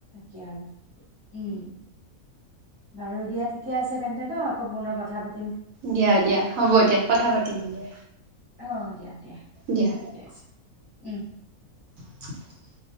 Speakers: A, on the left; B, on the right.
A: এতিয়া আৰু উম বাৰু দিয়া ঠিকে আছে তেন্তে ন আকৌ পুনৰ কথা পাতি
B: দিয়া দিয়া হ'ব দিয়া কথা পাতিম দিয়া।
A: অহ দিয়া দিয়া
B: দিয়া
A: ঠিকে আছে উম
B: <unintelligible>